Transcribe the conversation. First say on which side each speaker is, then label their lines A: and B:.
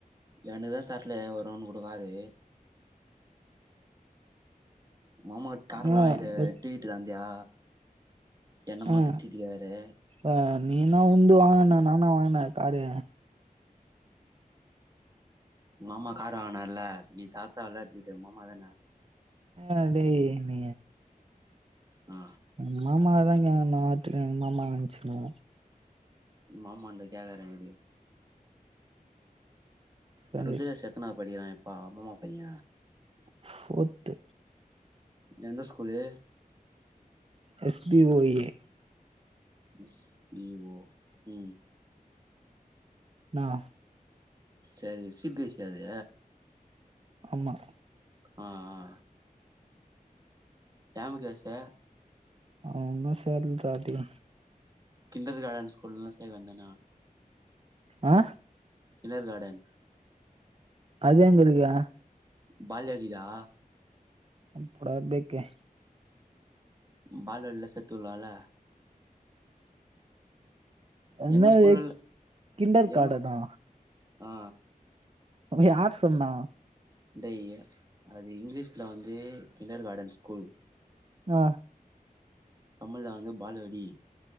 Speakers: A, on the right; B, on the right.
A: என்க்தா தர்ல ஒரு ரவுண்ட் கூட காரு உங் மாமா கார்ல்லா
B: ஆஹ்
A: வாங்கிருக்காரு டிரீட்டு தந்தியா என்ன மட்டு
B: ஆஹ்
A: டீரீட்டு கேக்குற
B: ஆ நீனா உன்து வாங்கனா நா நானா வாங்குன காரு
A: உங்க மாமா காரு வாங்குனாருல நீ தர தேவ ட்ரீட்டு உங்க மாமா தானே
B: அடேய் நீ
A: ஆ
B: எங் மாமாவ தா கேக்கனோ ட்ரீட் எங்க மாமா வச்சுனு
A: உங் மாமான்ட கேக்கரே இரு
B: சரி
A: ருத்ரேஷ் எத்தனாவது படிகிரா இப்ப மாமா பைய
B: ஃபோர்த்து
A: எந்த school
B: S P O A
A: S P O ம்
B: என்னா
A: சரி சிபிஎஸ்இ அது
B: ஆமா.
A: ஆ ஆ டேம்காச
B: அவ உன்னு சேர்லா டியு
A: கிண்டர் கார்டன்ஸ் ஸ்கூல்லனான சேர்க்க வேண்டிதானே
B: ஆ
A: கிளர்கார்டன்
B: அது எங்க இருக்கு
A: பால்வாடுயிக்குதா
B: போடா பேக்கு
A: பால்வாடில சேர்த்து வுடலால்ல
B: என்னது
A: எங்க ஸ்கூல்ல
B: கிண்டர்
A: எங்க
B: கார்டனா
A: ஸ்கூ அ
B: யார் சொன்னா
A: டேய் அது இங்கிலீஷ்ல வந்து கிண்டர் கார்டன் ஸ்கூல்
B: அ
A: தமிழ்ல வந்து பாலுவாடி